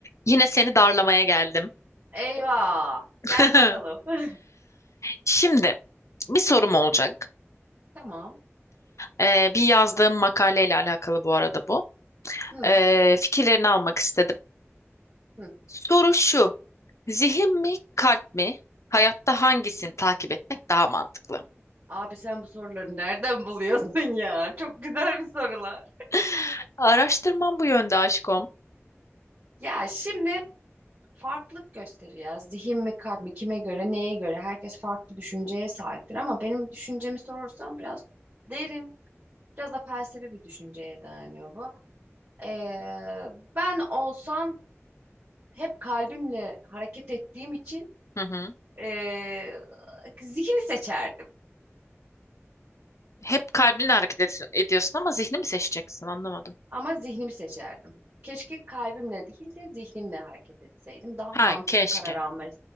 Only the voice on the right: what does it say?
Eyvah.
Gel bakalım. <laughs>
Tamam.
Hı,
hı.
Abi sen bu soruları nereden buluyorsun ya? Çok güzel bir sorular.
Ya şimdi farklılık gösterir ya. Zihin mi kalp mi kime göre neye göre herkes farklı düşünceye sahiptir ama benim düşüncemi sorarsan biraz derin biraz da felsefi bir düşünceye dayanıyor bu. Ee, ben olsam hep kalbimle hareket ettiğim için
ee, zihni seçerdim.
Ama zihnimi seçerdim. Keşke kalbimle değil de zihnimle hareket etseydim. Daha
mantıklı
karar alma,